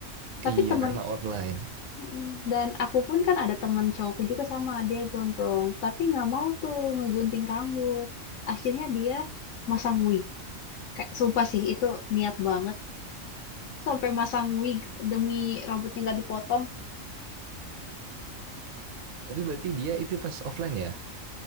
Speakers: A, on the left (about 70°); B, on the right (about 60°).
A: Tapi
B: iya
A: temen
B: karena online
A: Mm-mm. Dan aku pun kan ada teman cowokku juga sama, dia gondrong, tapi nggak mau tuh ngegunting rambut. Akhirnya dia masang wig. Kayak sumpah sih itu niat banget sampai masang wig demi rambutnya nggak dipotong.
B: Tapi berarti dia itu pas offline ya?